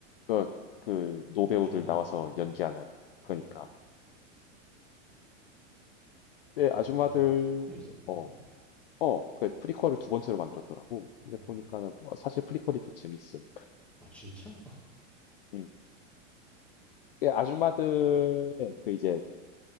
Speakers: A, on the left (about 45°); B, in the centre.
A: 그 그 노배우들
B: 아줌마들
A: 나와서
B: 나오는 거, 어,
A: 연기하는 그러니까.
B: 어. 아,
A: 네, 아줌마들,
B: 그게 전, 프리퀄이 있었구나.
A: 어, 어, 그 프리퀄을 두 번째로 만들었더라고.
B: 어.
A: 근데 보니까는 뭐 사실 프리퀄이 더 재밌음.
B: 아, 진짜?
A: 음. 그 아줌마들의 그 이제